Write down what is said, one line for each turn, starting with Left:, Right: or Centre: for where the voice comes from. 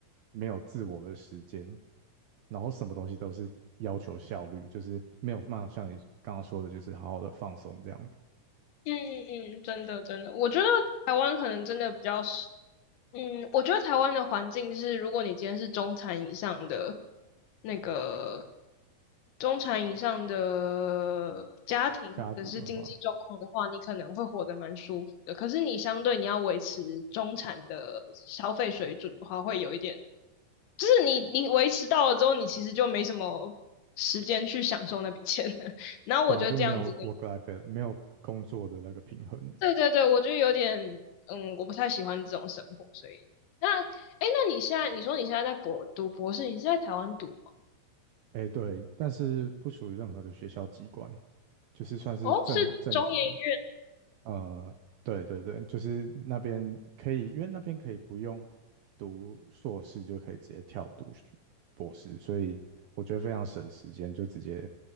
Right: 没有自我的时间，然后什么东西都是要求效率，就是没有办法像你刚刚说的，就是好好的放松这样子。
Left: 嗯嗯嗯，真的真的，我觉得台湾可能真的比较适嗯，我觉得台湾的环境是，如果你今天是中产以上的那个中产以上的家庭或者是经济状况的话，
Right: 家族的话。
Left: 你可能会活得蛮舒服的。可是你相对你要维持中产的消费水准的话，会有一点，就是你你维持到了之后，你其实就没什么时间去享受那笔钱了。<laughs> 然后我觉得这样子的
Right: 对啊，就是没有 work-life balance，没有工作的那个平衡。
Left: 对对对，我就有点，嗯，我不太喜欢这种生活，所以那，哎，那你现在你说你现在在博读博士，你是在台湾读吗？
Right: 哎，对，但是不属于任何的学校机关，就是算是政政府的。
Left: 哦，是中研院，
Right: 呃，对对对，就是那边可以，因为那边可以不用读硕士就可以直接跳读博士，所以我觉得非常省时间，就直接